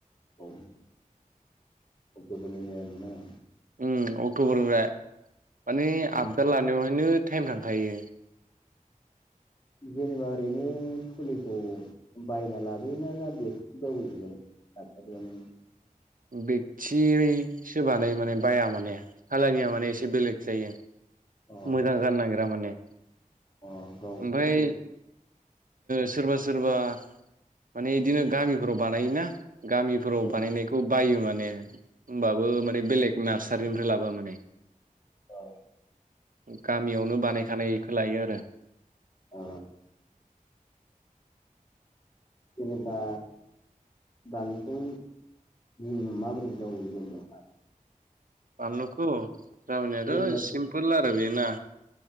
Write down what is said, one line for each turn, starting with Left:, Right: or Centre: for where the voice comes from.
Left: ओ अक्ट'बरनिफ्राय आरोना
Right: उम अक्ट'बरनिफ्राय माने
Left: औ
Right: आबजा लानायावहायनो टाइम थांखायो
Left: जेनेबा ओरैनो फुलिखौ बायना लाबोयोना ना बेयाव जायो जेनेबा नारसारियावनो
Right: बेक्थि सोबानाय माने बाया माने सालानिया माने एसे बेलेग जायो
Left: अ
Right: मोजां जानो नागिरा माने
Left: अ गाव
Right: ओमफ्राय
Left: खुब बे
Right: सोरबा सोरबा माने बिदिनो गामिफोराव बानायोना गामिफोराव
Left: औ
Right: बानायनाय खौ बायो माने होनबाबो माने बेलेग नार्सारिनिफ्राय लाबोआ माने
Left: औ
Right: गामियावनो बानायखानायखौ लायो आरो
Left: आ जेनेबा बाललुखौ जों माबोरै जावायो जेनबा
Right: बानलुखौ जावायनायाथ'
Left: जेनेबा
Right: सिमपोल आरो बे ना